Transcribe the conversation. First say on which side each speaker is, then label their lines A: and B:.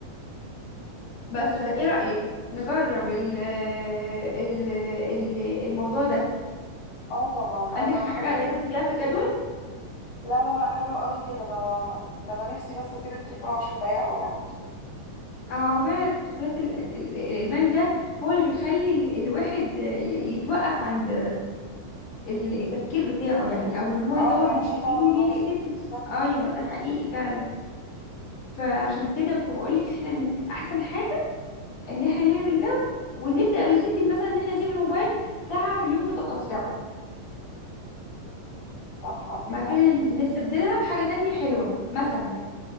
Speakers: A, on the left; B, on the left.
A: بس فايه رايك نجرب ال ال ال الموضوع ده
B: اه طبعا
A: عندك
B: انا
A: حاجه
B: ح...
A: عايزه تضيفيها في الجدول
B: لا لا لا حلو قوي كده ده انا ده انا نفسي بس اسيب التليفون عشر دقايق على بعض
A: اه فعلا التليفونات ال- ال- الادمان ده هو اللي بيخلي ال- الواحد ي- يتوقف عند ال- التفكير بتاعه يعني او ان هو
B: اه
A: يطور
B: ما يعرفش
A: من شخصيته
B: يطور من
A: ليه
B: نفسه
A: لان انت
B: بالظبط
A: ايوه ده حقيقي فعلا فعشان كده فبقول لك احنا ن- احسن حاجه ان احنا نعمل ده ونبدا يا ستي مثلا ان احنا نسيب الموبايل ساعه في اليوم متقطعه
B: صح عندك
A: مكان
B: حق
A: ن- نستبدلها بحاجه تانية حلوه مثلا
B: مم.